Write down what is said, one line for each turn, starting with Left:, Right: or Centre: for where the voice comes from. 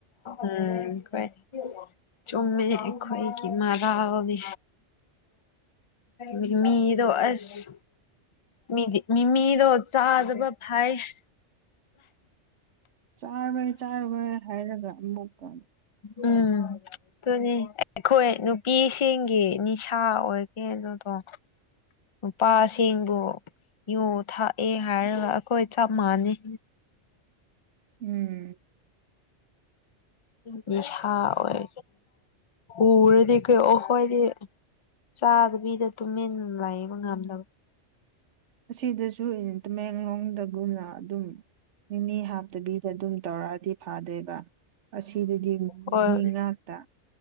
Left: ꯎꯝ ꯀꯩ ꯆꯨꯝꯃꯦ ꯑꯩꯈꯣꯏꯒꯤ ꯃꯥꯔꯥꯜꯅꯦ ꯃꯤꯃꯤꯗꯣ ꯑꯁ ꯃꯤꯗꯤ ꯃꯤꯃꯤꯗꯣ ꯆꯥꯗꯕ ꯐꯩꯌꯦ
Right: ꯆꯥꯔꯣꯏ ꯆꯥꯔꯣꯏ ꯍꯥꯏꯔꯒ ꯑꯃꯨꯛꯀ
Left: ꯎꯝ ꯑꯗꯨꯅꯦ ꯑꯩꯈꯣꯏ ꯅꯨꯄꯤꯁꯤꯡꯒꯤ ꯅꯤꯁꯥ ꯑꯣꯏꯕꯅꯦ ꯑꯗꯨꯗꯣ ꯅꯨꯄꯥꯁꯤꯡꯕꯨ ꯌꯨ ꯊꯛꯑꯦ ꯍꯥꯏꯔꯒ ꯍꯣꯏ ꯆꯞ ꯃꯥꯟꯅꯩ
Right: ꯎꯝ
Left: ꯅꯤꯁꯥ ꯑꯣꯏ ꯎꯔꯗꯤ ꯀꯣ ꯑꯈꯣꯏꯗꯤ ꯆꯥꯗꯕꯤꯗ ꯇꯨꯃꯤꯟ ꯂꯩꯕ ꯉꯝꯗꯕ
Right: ꯑꯁꯤꯗꯁꯨ ꯇꯥꯃꯦꯡꯂꯣꯡꯗꯒꯨꯝꯅ ꯑꯗꯨꯝ ꯃꯤꯃꯤ ꯍꯥꯞꯇꯕꯤꯗ ꯑꯗꯨꯝ ꯇꯧꯔꯛꯑꯗꯤ ꯐꯥꯗꯣꯏꯕ ꯑꯁꯤꯗꯗꯤ
Left: ꯍꯣꯏ
Right: ꯃꯤ ꯉꯥꯛꯇ